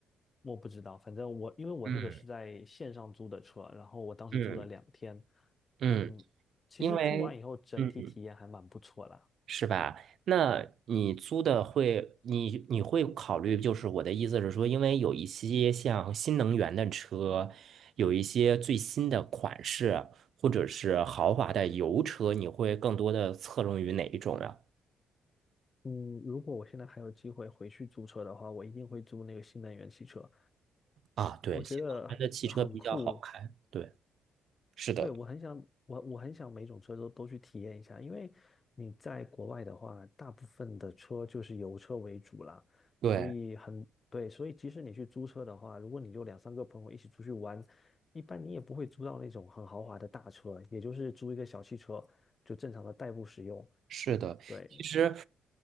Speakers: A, on the left; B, on the right.
A: 我不知道，反正我因为我那个是在线上租的车，
B: 嗯
A: 然后我当时租了两天，
B: 嗯嗯，
A: 嗯，其实租完以后整体体验还蛮不错的，
B: 因为嗯是吧？那你租的会，你你会考虑，就是我的意思是说，因为有一些像新能源的车，有一些最新的款式，或者是豪华的油车，你会更多的侧重于哪一种呀？
A: 嗯，如果我现在还有机会回去租车的话，我一定会租那个新能源汽车，
B: 啊，对，
A: 我觉得很酷，
B: 新能源的汽车比较好开。对，是的，
A: 对，我很想，我我很想每种车都都去体验一下，因为你在国外的话，大部分的车就是油车为主啦，
B: 对，
A: 所以很，对，所以即使你去租车的话，如果你就两三个朋友一起出去玩，一般你也不会租到那种很豪华的大车，也就是租一个小汽车，就正常的代步使用。
B: 是的。
A: 对，
B: 其实